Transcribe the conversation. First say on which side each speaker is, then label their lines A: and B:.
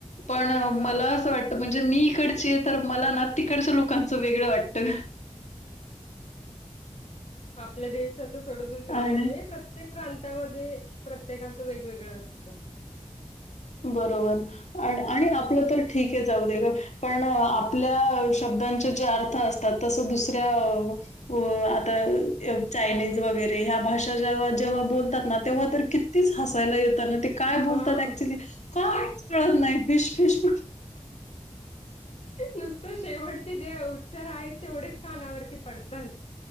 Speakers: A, on the left; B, on the left.
A: पण
B: हा
A: मला असं वाटतं म्हणजे मी इकडची आहे तर मला ना तिकडच्या लोकांचं वेगळं वाटतं.
B: आपल्या देशाचा सोडं दुसऱ्यांचं
A: आणि
B: बाई प्रत्येक प्रांतामध्ये प्रत्येकांचं वेगवेगळं असतं
A: बरोबर आ आणि आपलं तर ठीक आहे जाऊ दे गं पण आपल्या शब्दांचे जे अर्थ असतात तसं दुसऱ्या ओ आता य चायनीज वगैरे ह्या भाषा जेव्हा जेव्हा बोलतात ना तेव्हा तर कि तीच हसायला येता ना ते काय बोलतात
B: हा
A: ऍक्च्युली काहीच कळत नाही फिश फिश
B: नुसतं शेवटचे जे उच्चार आहेत तेवढेच कानावरती पडतं